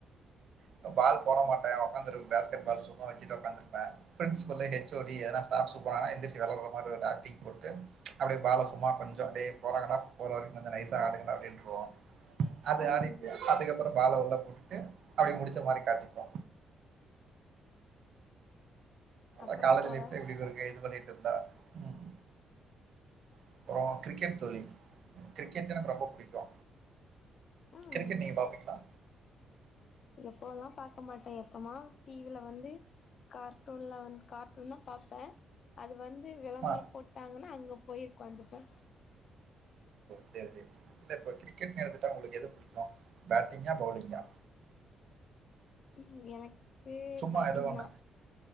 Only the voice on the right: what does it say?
இப்ப பால் போட மாட்டே உட்காந்துருப்பே பேஸ்கெட் பால் சும்மா வெச்சுட்டு உக்காந்துருப்பே பிரின்சிபல்லு எச் ஒ டி எதன்னா ஸ்டாப் சொன்னாங்னா எந்திரிச்சு வெள்ளார்ற மாரி ஆக்ட்டிங் போட்டு அப்டியே பால சும்மா கொஞ்சோ அப்டியே போறாங்கனா போற வரைக்கு கொஞ்சோ நைஸா ஆடுங்டா அப்டின்றோவோ அது
ஆடிட்டு அதுக்கப்புறோ பால வந்து போட்டுட்டு அப்புடி முடிச்ச மாரி கட்டிப்போ
அ காலேஜ்
லைப்ல எப்டி இருக்கு இது பண்ணிட் இருந்தா ம் அப்றோ கிரிக்கெட் சொல்லி கிரிக்கெட் எனக்கு ரொம்ப புடிக்கு
கிரிக்கெட் நீங்க பாப்பீங்களா
ஆ
சேரி சேரி இல்ல இப்ப கிரிக்கெட்னு எடுத்துட்டா உங்களுக்கு எது புடிக்கு பேட்டிங்கா பவுலிங்கா
சும்மா
ஏதோ ஒண்ணு